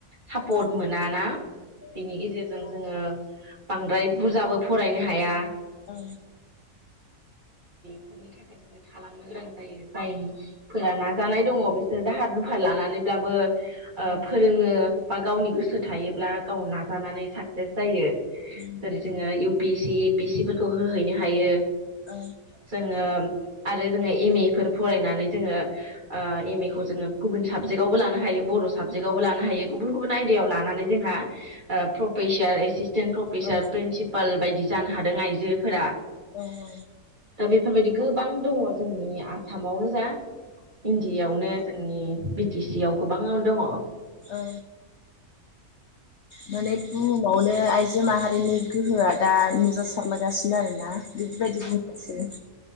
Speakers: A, on the right (about 30°); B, on the left (about 60°).
A: सापर्ट
B: औ
A: मोनाना बेनि गेजेरजों जोंङो बांद्राय बुरजाबो फरायनो हाया
B: औ
A: बेनि थाखाय जोङो थालांनो गोनां जायो जायफोरा नाजानाय दङ बिसोरो दाहार दुफार लानानैब्लाबो ओ
B: औ
A: फोरोंङो बा गावनि गोसो थायोब्ला गाव नाजानानै साक्सेस जायो
B: औ
A: जेरै जोंङो U P S C A P S C फोरखौ होहैनो हायो।
B: औ।
A: जोङो आरो जोङो एम ए फोर फरायनानै जोङो ओ एम ए खौ जोङो गुबुन साबजेक्टआवबो लानो हायो बर' साबजेक्टआवबो
B: औ
A: लानो हायो गुबुन गुबुन आयदायाव लानानै जोंहा ओ प्रफेसार एसेस तेन प्रफेसार
B: औ
A: प्रिनसिपाल बायदि जानो हादों आइजोफोरा।
B: औ औ।
A: दा बेफोरबायदि गोबां दङ' जोंनि आसामावनो जा इन्दियावनो जोंनि बि टि सि आव गोबाङाव दङ'।
B: औ। माने बुहुमावनो आइजो माहारि रिनि गोहोआ दा नुजासारलायगासिनो आरोना। <unintelligible>